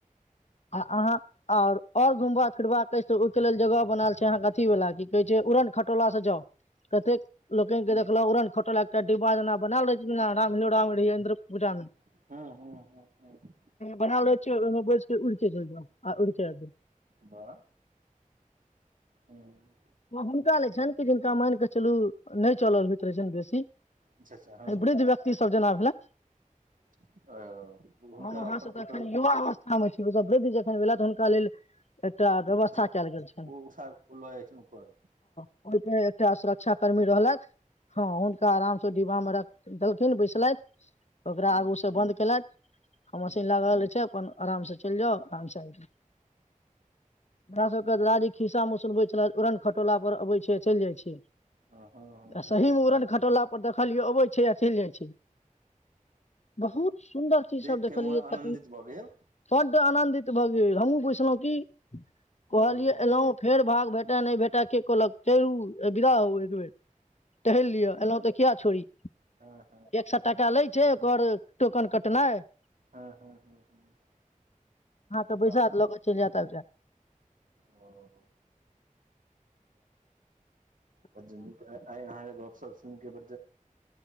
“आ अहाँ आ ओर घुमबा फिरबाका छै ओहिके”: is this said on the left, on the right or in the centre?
Left